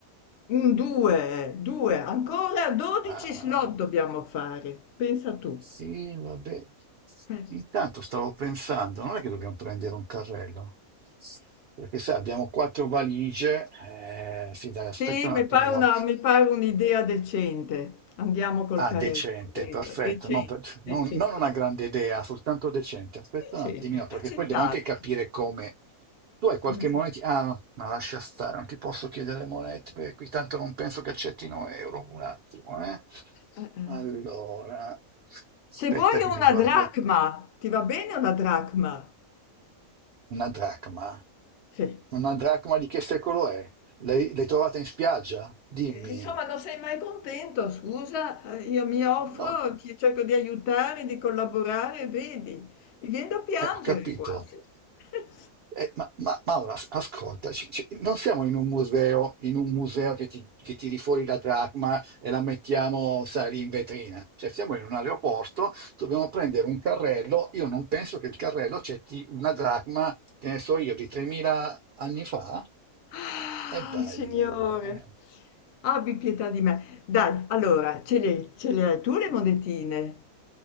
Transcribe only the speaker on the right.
Ah,
sì, vabbè.
Intanto stavo pensando, non è che dobbiamo prendere un carrello, perché sai, abbiamo quattro valigie, eh, sì, dai, aspetta
un
attimino.
Ah,
decente,
perfetto.
Non, per-
non- non una grande idea, soltanto decente. Aspetta
un attimino,
perché
poi devo anche capire come. Tu hai qualche
moneta? Ah, no, ma lascia stare, non ti posso chiedere monete, perché qui tanto non penso che accettino euro. Un attimo, eh.
Allora, aspetta
che mi
guardo
una dracma.
Una dracma di che secolo è? L'hai l'hai trovata in spiaggia? Dimmi.
No,
eh, ho capito.
Eh, ma, ma Maura, as- ascolta, ci- ci- non siamo in un museo, in un museo che ti, che tiri fuori la dracma e la mettiamo, sai, lì in vetrina. Cioè, siamo in un aeroporto, dobbiamo prendere un carrello. Io non penso che il carrello accetti una dracma, che ne so io, di 3.000 anni fa.
E dai,
eh.